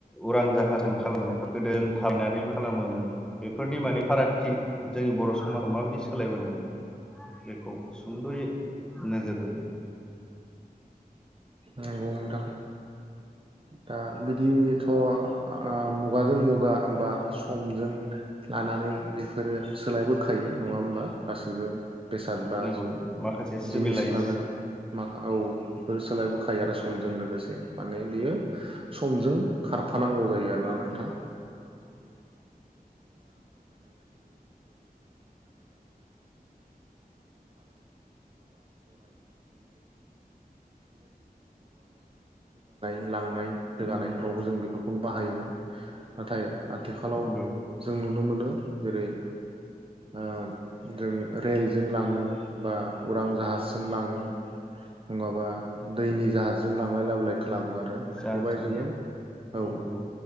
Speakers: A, in the centre; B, on the right.
A: उरां जाहाजों खालामो गोदो थबायनानैबो खालामोमोन बेफोरनि माने फारागथि जोंनि बर' समाजाव माबायदि सोलायबोदों बेखौ सुंद'यै नोजोर बोदों
B: नंगौ नोंथां दा बिदिथ' ओ मुगाजों मुगा बा समजों लानानै बेफोरो सोलायबोखायो नङा होमबा गासैबो बेसाद बा
A: नंगौ माखासे सिभिलाइस
B: जिनिसफ्रानो मा औ बेफोर सोलायबोखायो आरो सम जों लोगोसे माने बियो समजों खारफानांगौ जायो आरोना नोंथां लांनाय रोगानायफ्रावबो
A: नंगौ
B: जों बेखौ बाहायोमोन नाथाय आथिखालाव
A: नंगौ
B: जों नुनो मोनो जेरै ओ जों रेलजों लाङो बा उरां जाहाजजों लाङो नङाबा दैनि जाहाजजों लांलाय लाबोलाय खालामो आरो आरो
A: जाहाजजों
B: बेबायदिनो औ
A: नंगौ